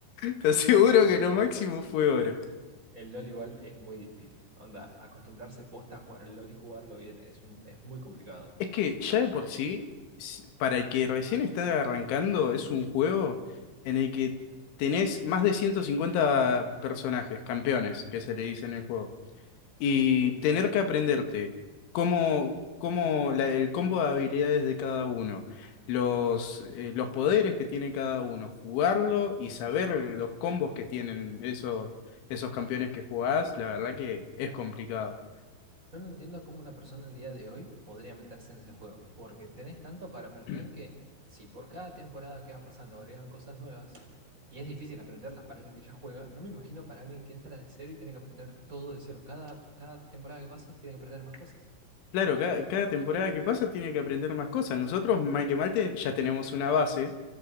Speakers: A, on the left (about 90°); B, on the right (about 20°).
A: Te aseguro
B: No,
A: que
B: amigo.
A: lo máximo fue oro.
B: El LOL igual es muy difícil. Onda, acostumbrarse posta a jugar al LOL y jugarlo bien es, un, es muy complicado.
A: Es que ya de por sí, s- para el que recién está arrancando, es un juego en el que tenés más de 150 personajes, campeones, que se le dice en el juego. Y
B: Sí.
A: tener que aprenderte cómo, cómo la- el combo de habilidades de cada uno, los, eh, los poderes que tiene cada uno, jugarlo y saber los combos que tienen esos, esos campeones que jugás, la verdad que es complicado.
B: Yo no entiendo cómo una persona el día de hoy podría meterse en ese juego, porque tenés tanto para aprender
A: <clears throat>
B: que si por cada temporada que va pasando agregan cosas nuevas, y es difícil aprenderlas para alguien que ya juega, no me imagino para alguien que entra de cero y tiene que aprender todo de cero. Cada, cada temporada que pasa tiene que aprender más cosas.
A: Claro, cada, cada temporada que pasa tiene que aprender más cosas. Nosotros, mal que mal, ya tenemos una base